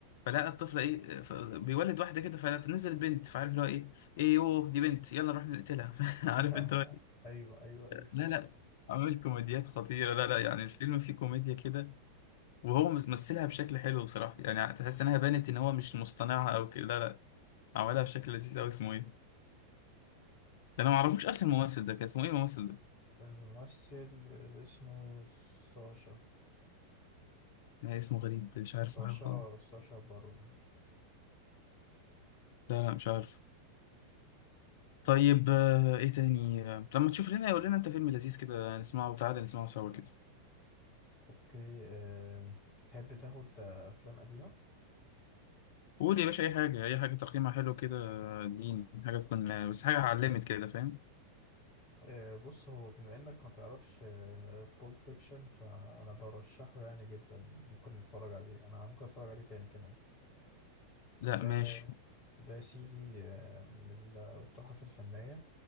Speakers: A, on the left (about 55°); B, on the left (about 35°).
A: فلقى الطفله ايه ف- بيولد واحده كده فنزلت بنت فعارف اللي هو ايه ايه يوه دي بنت يلا نروح نقتلها <laughs>
B: <laughs>
A: عارف انت هو-
B: أيوه أيوه أيوه
A: لا لا عامل كوميديات خطيره لا لا
B: <laughs>
A: يعني الفيلم فيه كوميديا كده وهو مس- مثلها بشكل حلو بصراحه يعني تحس انها بانت ان هو مش مصطنعها او كده لا لا عملها بشكل لذيذ قوي اسمه ايه ده انا ما اعرفوش اصلا الممثل ده كان اسمه ايه الممثل ده
B: الممثل اسمه ساشا
A: لا اسمه غريب مش عارف
B: ساشا
A: حاجه خالص
B: ساشا بارون
A: لا لا مش عارف طيب آه، ايه تاني آه، لما تشوف لنا قول لنا انت فيلم لذيذ كده نسمعه وتعالى نسمعه سوا كده
B: اوكي أه... تحب تاخد آه، افلام قديمه
A: قول يا باشا اي حاجه اي حاجه تقييمها حلو كده آه، اديني حاجه تكون آه، بس حاجه علمت كده فاهم
B: أه... بص هو بما انك ما تعرفش بولب فيكشن فانا برشحه يعني جدا ممكن نتفرج عليه انا ممكن اتفرج عليه تاني كمان
A: لا
B: ده
A: ماشي
B: ده يا سيدي آه، من التحف الفنيه